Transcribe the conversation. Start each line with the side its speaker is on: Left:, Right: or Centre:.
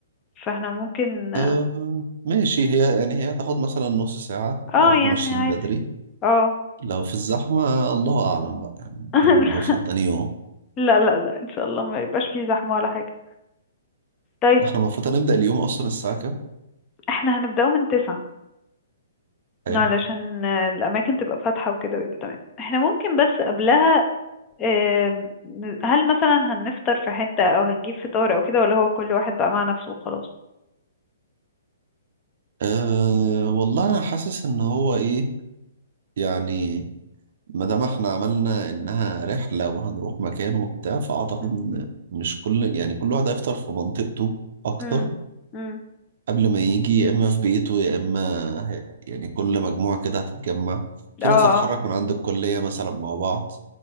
Left: فاحنا ممكن
Right: آه، ماشي هي يعني هي تاخد مثلا نص ساعة لو
Left: اه
Right: احنا
Left: يعني
Right: ماشيين
Left: عادي
Right: بدري
Left: اه
Right: لو في الزحمة الله أعلم بقى يعني ممكن
Left: <laughs>
Right: نوصل تاني يوم
Left: لا لا لا ان شاء الله ما يبقاش فيه زحمة ولا حاجة طيب
Right: احنا المفروض هنبدأ اليوم أصلا الساعة كام؟
Left: احنا هنبدأه من تسعة
Right: حلو
Left: علشان آه، الأماكن تبقى فاتحة وكده ويبقى تمام احنا ممكن بس قبلها آم، هل مثلا هنفطر في حتة أو هنجيب فطار أو كده ولا هو كل واحد بقى مع نفسه وخلاص
Right: أه والله أنا حاسس إن هو إيه يعني ما دام إحنا عملنا إنها رحلة وهنروح مكان وبتاع فأعتقد
Left: مم.
Right: إن مش كل يعني كل واحد هيفطر في منطقته أكتر
Left: مم. مم.
Right: قبل ما يجي يا إما في بيته يا إما هي- يعني كل مجموعة كده هتتجمع في
Left: اه
Right: ناس هتتحرك
Left: اه
Right: من عند الكلية مثلا مع بعض